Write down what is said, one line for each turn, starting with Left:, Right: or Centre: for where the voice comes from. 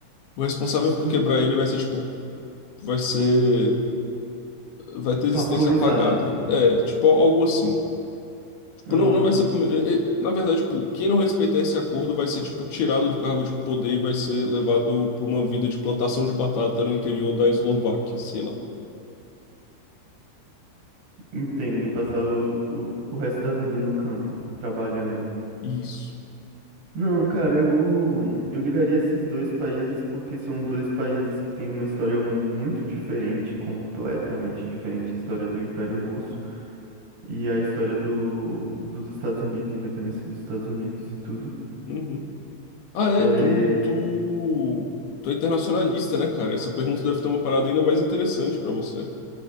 Left: o responsável
Right: <laughs>
Left: por quebrar ele vai ser, tipo, vai ser. Vai ter
Right: Vaporizados.
Left: existência apagada.
Right: assim.
Left: É, tipo, algo assim. Tipo,
Right: Aham,
Left: não, não vai ser. puni- é, é, Na verdade, tipo, quem não respeitar esse acordo vai ser, tipo, tirado do cargo de poder e vai ser levado para uma vida de plantação de batata no interior da Eslováquia, sei lá.
Right: Entendo, passar o, o, o resto da vida no campo, trabalhando.
Left: Isso.
Right: Não, cara, eu, eu ligaria esses dois países porque são dois países que têm uma história muito diferente, completamente diferente, a história do Império Russo e a história do, dos Estados Unidos, independência dos Estados Unidos e tudo.
Left: Uhum. Ah, é,
Right: É,
Left: tu, tu, tu é internacionalista, né, cara? Essa pergunta deve ter uma parada ainda mais interessante pra você.